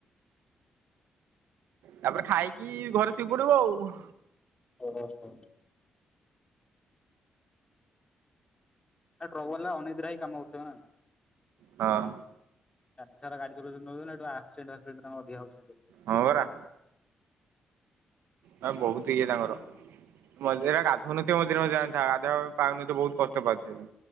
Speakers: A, on the right; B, on the left.
A: ତାପରେ ଖାଇକି ଘରେ ଶିପଡିବ ଆଉ।
B: ଓହୋ ହୋ। ଏ ଟ୍ରକ ବାଲା ଅନିଦ୍ରା ହେଇ କାମକରୁଥିବ ନା।
A: ହଁ।
B: ରାତି ସାରା ଗାଡ଼ି <inaudible> ଚଲଉଛନ୍ତି ଆକ୍ସିଡେଣ୍ଟ ଫାକ୍ସିଡେଣ୍ଟ ଅଧିକ ହଉଛି
A: ହଁ ପରା। ଆ ବହୁତ ଇଏ ତାଙ୍କର। ମଝିରେ ଗାଧନଥିବ ମଝିରେ ମଝିରେ ଜାଣିଥା ଗାଧୋଇବା ପାଉନଥେ ବହୁତ କଷ୍ଟ ପାଉ ଥିବେ